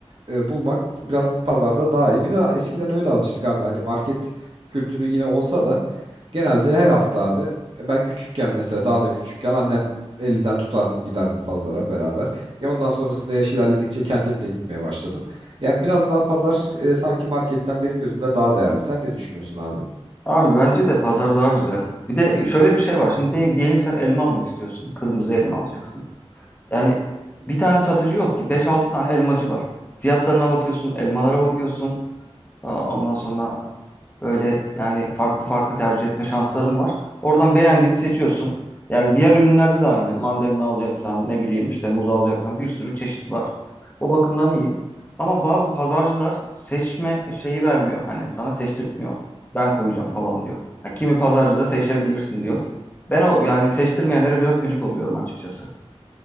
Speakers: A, on the right; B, on the left.
A: e, bulmak biraz pazarda daha iyi. Bir de eskiden öyle alıştık abi hani market kültürü yine olsa da Genelde her hafta abi e, ben küçükken mesela daha da küçükken annem elinden tutardım giderdim pazara beraber. Ya ondan sonrasında yaş ilerledikçe kendim de gitmeye başladım. Yani biraz daha pazar e, sanki marketten benim gözümde daha değerli. Sen ne düşünüyorsun abi?
B: Abi bence de pazar daha güzel. Bir de şöyle bir şey var. Şimdi de- diyelim ki sen elma almak istiyorsun. Kırmızı elma alacaksın. Yani bir tane satıcı yok ki. beş altı tane elmacı var. Fiyatlarına bakıyorsun, elmalara bakıyorsun. Aa, Ondan sonra Böyle yani farklı farklı tercih etme şansların var. Oradan beğendiğini seçiyorsun. Yani diğer ürünlerde de aynı. Mandalina alacaksan, ne bileyim işte muz alacaksan bir sürü çeşit var. O bakımdan iyi. Ama bazı pazarcılar seçme şeyi vermiyor. Hani sana seçtirtmiyor. Ben koyacağım falan diyor. Ha, kimi pazarcı da seçebilirsin diyor. Ben o yani seçtirmeyenlere biraz gıcık oluyorum açıkçası.